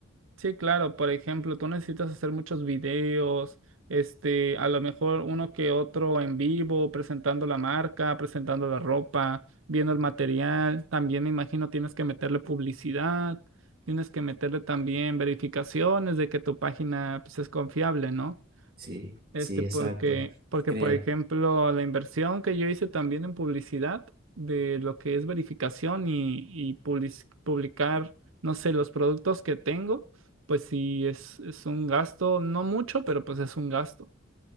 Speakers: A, on the right; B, on the right.
A: Sí, claro. Por ejemplo, tú necesitas hacer muchos videos, este, a lo mejor uno que otro en vivo, presentando la marca, presentando la ropa, viendo el material. También me imagino tienes que meterle publicidad, tienes que meterle también verificaciones de que tu página, pues, es confiable, ¿no?
B: Sí,
A: Este,
B: sí,
A: porque,
B: exacto
A: porque,
B: crear
A: por ejemplo, la inversión que yo hice también en publicidad, de lo que es verificación y, y public- publicar, no sé, los productos que tengo, pues sí, es, es un gasto, no mucho, pero pues es un gasto.